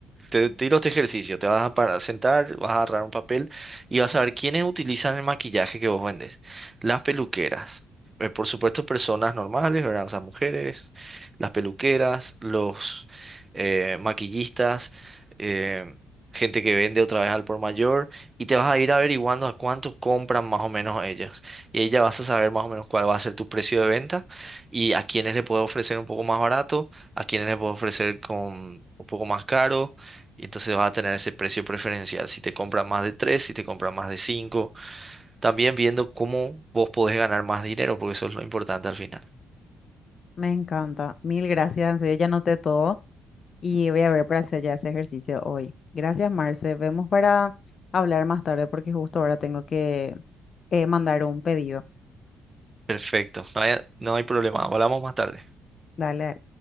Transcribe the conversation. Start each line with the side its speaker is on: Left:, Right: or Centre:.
Right: te tiro este ejercicio, te vas a para- sentar, vas a agarrar un papel y vas a ver quiénes utilizan el maquillaje que vos vendes. Las peluqueras, eh, por supuesto personas normales, ¿verdad? O sea, mujeres, las peluqueras, los eh, maquillistas, eh, gente que vende otra vez al por mayor y te vas a ir averiguando a cuántos compran más o menos ellas. Y ahí ya vas a saber más o menos cuál va a ser tu precio de venta y a quiénes le puedo ofrecer un poco más barato, a quiénes le puedo ofrecer con un poco más caro y entonces vas a tener ese precio preferencial si te compras más de tres si te compras más de cinco También viendo cómo vos podés ganar más dinero, porque eso es lo importante al final.
Left: Me encanta. Mil gracias, en serio, ya noté todo. Y voy a ver para hacer ya ese ejercicio hoy. Gracias, Marce. Vemos para hablar más tarde porque justo ahora tengo que eh, mandar un pedido.
Right: Perfecto, no hay, no hay problema. Hablamos más tarde.
Left: Dale.